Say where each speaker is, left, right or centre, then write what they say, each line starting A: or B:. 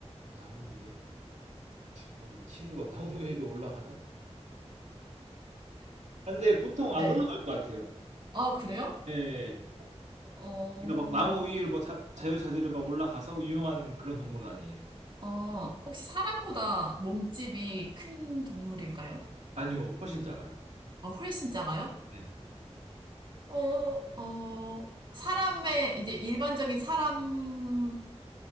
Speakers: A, on the right; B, on the right.
A: 나무 위에? 아, 근데 이 친구가 나무 위에도 올라가나? 아, 근데 보통 안
B: 네.
A: 올라갈 것 같아요.
B: 아, 그래요?
A: 예, 예. 예.
B: 어,
A: 그러니까 막 나무 위에
B: 네.
A: 뭐 자, 자유자재로 막 올라가서 유명한 그런 동물은 아니에요.
B: 어, 혹시 사람보다 몸집이 큰 동물일까요?
A: 아니요, 훨씬 작아요.
B: 어, 훨씬 작아요?
A: 네.
B: 어, 어, 사람의, 이제 일반적인 사람의